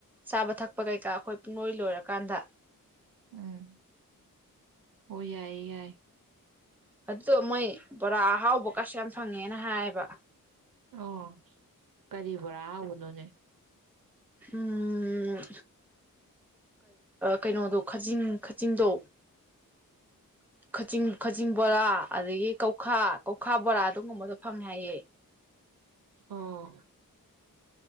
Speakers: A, in the centre; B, on the right (about 80°).
A: ꯆꯥꯕ ꯊꯛꯄ ꯀꯩꯀꯥ ꯑꯩꯈꯣꯏ ꯂꯣꯏ ꯂꯣꯏꯔꯀꯥꯟꯗ
B: ꯎꯝ ꯑꯣ ꯌꯥꯏꯌꯦ ꯌꯥꯏ
A: ꯑꯗꯨ ꯑꯃꯥꯏ ꯄꯨꯔ ꯑꯍꯥꯎ ꯑꯣꯕꯀꯁꯤ ꯌꯥꯝ ꯐꯪꯉꯦꯅ ꯍꯥꯏꯌꯦꯕ
B: ꯑꯣ ꯀꯔꯤꯕꯣꯔꯥ ꯍꯍꯥꯎꯕꯅꯣꯅꯦ
A: ꯎꯝ ꯀꯩꯅꯣꯗꯣ ꯈꯖꯤꯡ ꯈꯥꯖꯤꯡꯗꯣ ꯀꯆꯤꯡ ꯈꯖꯤꯡ ꯕꯣꯔꯥ ꯑꯗꯒꯤ ꯀꯧꯈꯥꯛ ꯀꯧꯈꯥ ꯕꯣꯔꯥ ꯑꯗꯨꯒꯝꯨꯝꯕꯗ ꯐꯪꯉꯦ ꯍꯥꯏꯌꯦ
B: ꯑꯣ